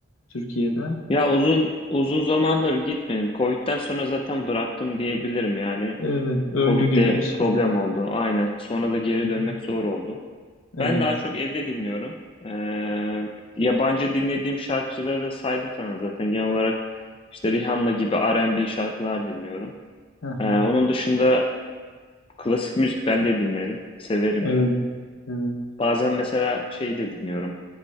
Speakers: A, on the left (about 75°); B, on the left (about 25°).
A: Türkiye'de.
B: Ya uzun uzun zamandır gitmedim. Covid'den sonra zaten bıraktım diyebilirim yani.
A: Evet, öldü
B: Covid'de
A: gibi bir şey.
B: problem oldu. Aynen. Sonra da geri
A: Hı hı.
B: dönmek zor oldu.
A: Evet.
B: Ben daha çok evde dinliyorum. Ee, yabancı dinlediğim şarkıcıları da saydım sana zaten. Genel olarak işte Rihanna gibi R&B şarkılar dinliyorum.
A: Hı hı.
B: Ee, onun dışında klasik müzik ben de dinlerim. Severim
A: Evet.
B: de.
A: Evet.
B: Bazen mesela şey de dinliyorum.